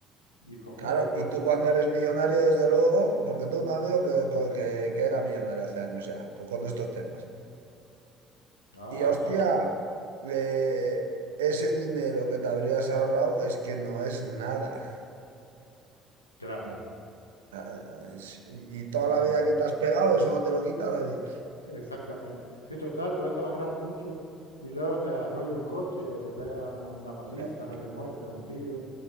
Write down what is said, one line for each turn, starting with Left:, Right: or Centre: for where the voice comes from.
Left: ¿Y cómo?
Right: Claro,
Left: ¿Y cuál?
Right: y tú cuando eres millonario, desde luego, porque tengo un amigo que, que, que era millonario hace años ya, pues con estos temas.
Left: Ah,
Right: Y hostia,
Left: o sea,
Right: eh, ese dinero que te habrías ahorrado es que no es nada.
Left: claro.
Right: No, ah, ah, es- y, y
Left: No,
Right: toda la vida
Left: no.
Right: que te has pegado, eso no te lo quita nadie. O
Left: Exactamente. Sí, total, puedes ahorrar mucho y luego te arrolla un coche o te pega una paliza
Right: sea,
Left: de muerte, un tiro.